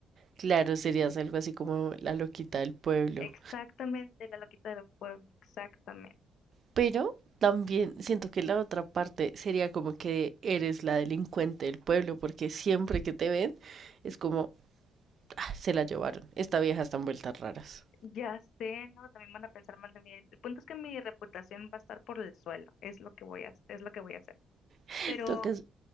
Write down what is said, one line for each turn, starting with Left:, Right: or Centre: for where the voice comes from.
Right: Claro, serías algo así como la loquita del pueblo.
Left: Exactamente, la loquita del pueblo, exactamente.
Right: Pero también siento que la otra parte sería como que eres la delincuente del pueblo porque siempre que te ven es como ah, se la llevaron. Esta vieja está en vueltas raras.
Left: Ya sé, ¿no? También van a pensar mal de mí. El punto es que mi reputación va a estar por el suelo, es lo que voy a, es lo que voy a hacer.
Right: <laughs>
Left: Pero,
Right: Tocas